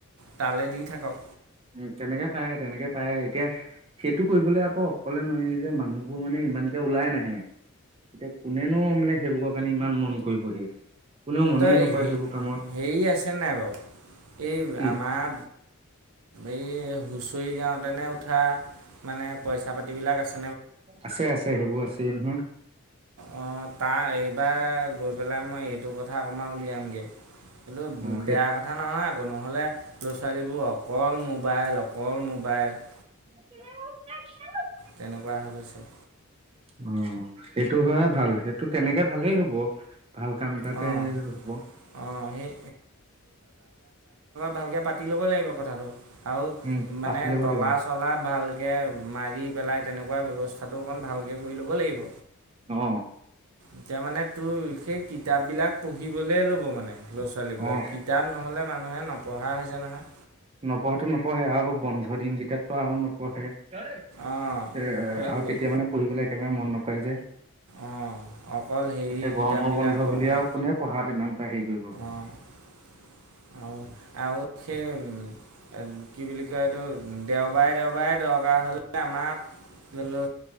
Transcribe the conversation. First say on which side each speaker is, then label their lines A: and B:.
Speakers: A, on the right; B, on the right.
A: তালৈ দি থাকক।
B: উ তেনেকে পায় তেনেকে পায়। এতিয়া সেইটো কৰিবলৈ আকৌ অকলে নয় যে মানুহবোৰ মানে ইমানকে ওলাই নাহে। এতিয়া কোনেনো মানে সেইবোৰৰ কাৰণে ইমান মন কৰিবহি। কোনেও মনেই
A: তই
B: নকৰে
A: হ
B: সেইবোৰ কামত
A: হেৰি আছে নাই বাৰু এই
B: কি
A: আমাৰ এইয়ে হুচ তুই গাঁওত এনেই উঠা মানে পইচা পাতিবিলাক আছ-
B: আছে আছে সেইবোৰ আছ- তেনহে
A: অ তাৰ এইবাৰ গজ- পেলাই মই এইটো কথা অকণমান উলিয়াম গে। কিন্তু
B: অ', সেইটো
A: বেয়া কথা নহয় আকৌ নহ'লে ল'ৰা ছোৱালীক ত অকল মোবাইল অক- অকল মোবাইল
B: <unintelligible>
A: তেনেকুৱা হৈ গৈছে।
B: অ সেইটো হোৱাই ভাল। সেইটো তেনেকে ভালেই হ'ব। ভাল কাম এটাতে
A: অঁ
B: ৰব
A: অঁ সেই ভালকে পাতি ল'ব লাগিব কথাটো। আৰু
B: উম,
A: মানে
B: পাতি ল'ব
A: তলা
B: লাগিব
A: চলা ভাল। তাকে মাৰি পেলাই তেনেকুৱা ব্যৱস্থাটো অকণ ভালকে কৰি ল'ব লাগিব।
B: অ
A: এতিয়া মানে তোৰ সেই কিতাপ বিলাক পঢ়িবলে ল'ব মানে। ল'ৰা ছোৱালীবোৰে
B: অ'।
A: কিতাপ নহ'লে মানুহে নপঢ়া হৈছে নহয়।
B: নপঢ়েটো নপঢ়ে আৰু বন্ধ দিন কেইটাত তো আৰু নপঢ়ে। এ
A: অঁ সেইটোৱেই
B: আৰু তেতিয়া মানে পঢ়িবলৈ একেবাৰে মন নকৰে যে
A: অঁ অকল হেৰি
B: তাতে গৰমৰ
A: কিতাপবিলাক
B: বন্ধ
A: পঢ়ে
B: বুলি আৰু কোনে পঢ়াত ইমান বাহিৰ কৰিব
A: অঁ <unintelligible> কি বুলি কয় এইটো দেওবাৰে দেওবাৰে দৰকাৰ হ'লে আমাৰ ল'